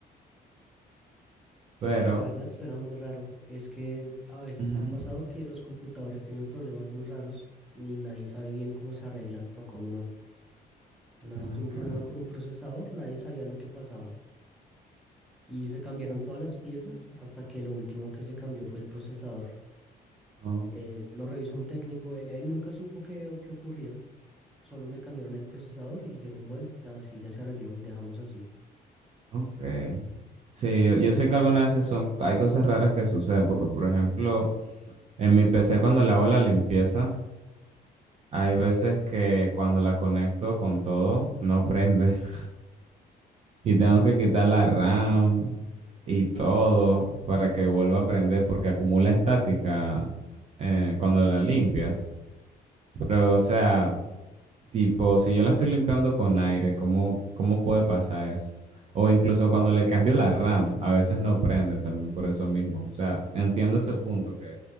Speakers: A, on the right; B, in the centre.
A: Pero...
B: Pues la verdad suena muy raro. Es que a veces
A: ujú,
B: ha pasado que los computadores tienen problemas muy raros y nadie sabe bien cómo se arreglan o cómo no. Una
A: ok,
B: vez tuve un problema con un procesador, nadie sabía lo que pasaba. y se cambiaron todas las piezas hasta que lo último que se cambió fue el procesador.
A: oh,
B: Eh, lo revisó un técnico, él, él nunca supo qué, qué ocurría, solo me cambiaron el procesador y dijeron, bueno, así ya se arregló y dejamos así.
A: ok. Sí, yo, yo sé que algunas veces son, hay cosas raras que suceden, porque por ejemplo... En mi PC cuando le hago la limpieza, Hay veces que cuando la conecto con todo, no prende. <laughs> Y tengo que quitar la RAM y todo para que vuelva a prender porque acumula estática eh, cuando la limpias. Pero, o sea, tipo, si yo la estoy limpiando con aire, ¿cómo, cómo puede pasar eso? O incluso cuando le cambio la RAM, a veces no prende también por eso mismo. O sea, entiendo ese punto que